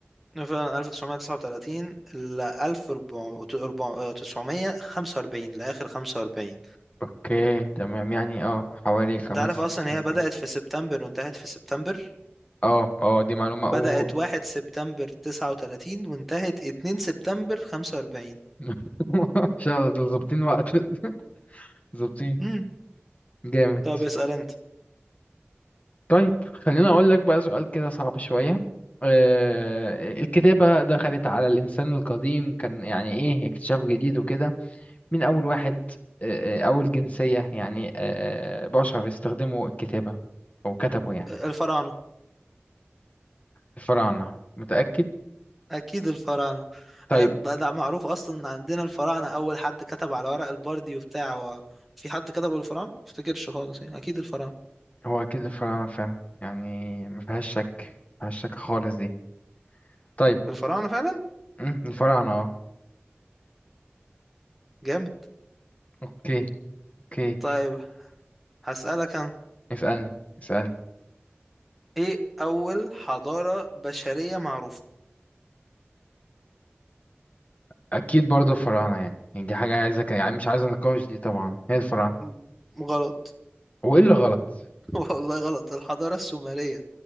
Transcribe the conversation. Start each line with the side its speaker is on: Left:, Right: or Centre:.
Centre: فعلا 1939 ل 1945 لآخر 45
Left: اوكي تمام يعني اه حوالي خمس
Centre: انت عارف اصلا هي
Left: سنين
Centre: بدأت في سبتمبر وانتهت في سبتمبر
Left: اه اه دي معلومة
Centre: بدأت
Left: او
Centre: 1 سبتمبر 39 وانتهت 2 سبتمبر 45
Left: <laughs> ان شاء الله دول ظابطين وقت <laughs> ظابطين
Centre: امم
Left: جامد
Centre: طب اسأل انت
Left: طيب خليني اقول لك بقى سؤال كده صعب شوية آه الكتابة دخلت على الانسان القديم كان يعني ايه اكتشاف جديد وكده مين اول واحد آه آه، اول جنسية يعني آه آه، بشر استخدموا الكتابة او كتبوا يعني
Centre: الفراعنة
Left: الفراعنة متأكد
Centre: اكيد الفراعنة
Left: طيب
Centre: آه، ده, ده معروف اصلا عندنا الفراعنة اول حد كتب على ورق البردي وبتاع هو في حد كتبه الفراعنة ما افتكرش خالص يعني اكيد الفراعنة
Left: هو أكيد الفراعنة فعلا يعني ما فيهاش شك ما فيهاش شك خالص دي طيب
Centre: الفراعنة فعلا
Left: أمم، الفراعنة اه
Centre: جامد
Left: اوكي اوكي
Centre: طيب هسألك انا
Left: اسألني اسألني
Centre: ايه اول حضارة بشرية معروفة
Left: أكيد برضو الفراعنة يعني يعني دي حاجة عايزة ك- يعني مش عايز أناقش دي طبعا هي الفراعنة
Centre: م- غلط
Left: وإيه اللي غلط
Centre: <laughs> والله غلط الحضارة السومرية